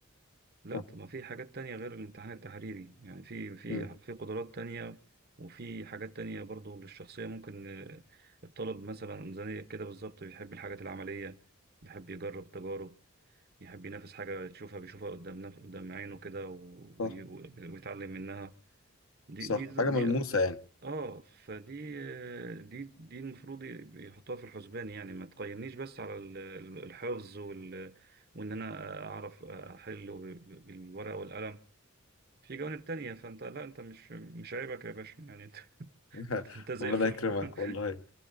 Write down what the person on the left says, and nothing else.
صح
مم.
صح
صح
حاجة
ملموسة يعني
<laughs>
ربنا
يكرمك
والله